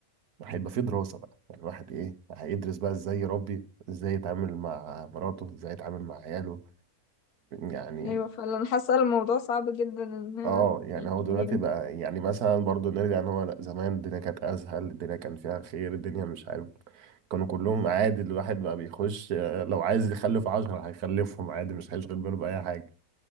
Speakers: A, on the right; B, on the left.
A: هيبقى في دراسة بقى يعني الواحد ايه هيدرس بقى ازاي يربي ازاي يتعامل مع مراته ازاي يتعامل مع عياله يعني
B: ايوه فعلا حاسة الموضوع صعب جدا ان
A: اه يعني هو
B: يعني
A: دلوقتي بقى يعني مثلا برضو نرجع ان هو لا زمان الدنيا كانت اسهل الدنيا كان فيها خير الدنيا مش عارف كانوا كلهم عادي الواحد بقى بيخش آه، لو عايز يخلف عشرة هيخلفهم عادي مش هيشغل باله بأي حاجة